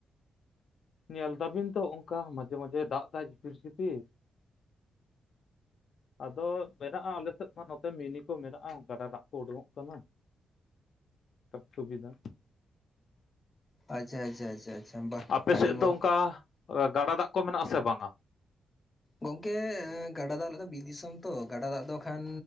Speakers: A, on the left; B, on the left.
A: ᱧᱮᱞ ᱫᱟᱵᱤᱱ ᱛᱚ ᱚᱱᱠᱟ ᱢᱟᱡᱷᱮ ᱢᱟᱡᱷᱮ ᱫᱟᱜ ᱫᱟᱭ ᱡᱷᱤᱯᱤᱨ ᱥᱤᱷᱤᱯᱤᱨ᱾ ᱟᱫᱚ ᱢᱮᱱᱟᱜᱼᱟ ᱟᱞᱮ ᱥᱮᱫ ᱢᱟ ᱱᱚᱛᱮ ᱢᱤᱱᱤ ᱠᱚ ᱢᱮᱱᱟᱜᱼᱟ ᱜᱟᱰᱟ ᱫᱟᱜ ᱠᱚ ᱩᱰᱩᱝᱚᱜ ᱠᱟᱱᱟ᱾ ᱥᱚᱵ <unintelligible> ᱥᱩᱵᱤᱫᱷᱟ
B: ᱟᱪᱪᱷᱟ ᱟᱪᱪᱷᱟ ᱟᱪᱪᱷᱟ ᱟᱪᱪᱷᱟ᱾ ᱵᱟᱦ
A: ᱟᱯᱮ
B: ᱟᱹᱰᱤ
A: ᱥᱮᱫ
B: ᱢᱚᱸᱡᱽ
A: ᱫᱚ ᱚᱱᱠᱟ ᱜᱟᱰᱟ ᱫᱟᱜ ᱠᱚ ᱢᱮᱱᱟᱜ ᱟᱥᱮ ᱵᱟᱝ-ᱟ
B: ᱜᱚᱝᱠᱮ ᱜᱟᱰᱟ ᱫᱟᱜ ᱟᱞᱮ ᱫᱚ ᱵᱤᱨ ᱫᱤᱥᱚᱢ ᱛᱚ ᱜᱟᱰᱟ ᱫᱟᱜ ᱫᱚ ᱠᱷᱟᱱ